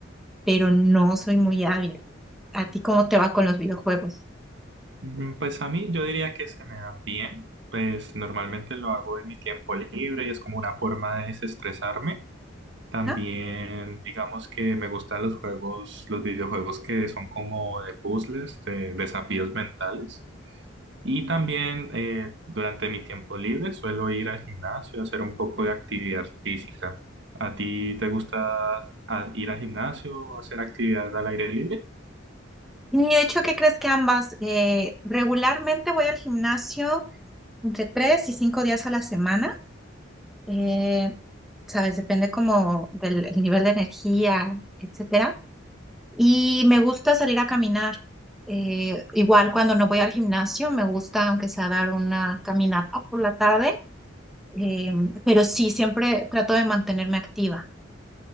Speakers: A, in the centre; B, on the right.
A: pero no soy muy hábil. ¿A ti cómo te va con los videojuegos?
B: Mm, Pues a mí yo diría que se me dan bien. Pues normalmente lo hago en mi tiempo libre y es como una forma de desestresarme. También,
A: ¿Ah?
B: digamos que me gustan los juegos, los videojuegos que son como de puzzles, de desafíos mentales. Y también eh, durante mi tiempo libre suelo ir al gimnasio a hacer un poco de actividad física. ¿A ti te gusta a- ir al gimnasio o hacer actividad al aire libre?
A: Y de hecho, ¿qué crees que ambas? Eh, regularmente voy al gimnasio entre tres y cinco días a la semana. Eh, ¿sabes? Depende como del el nivel de energía, etcétera. Y me gusta salir a caminar. Eh, igual cuando no voy al gimnasio, me gusta aunque sea dar una caminata por la tarde, eh, pero sí, siempre trato de mantenerme activa.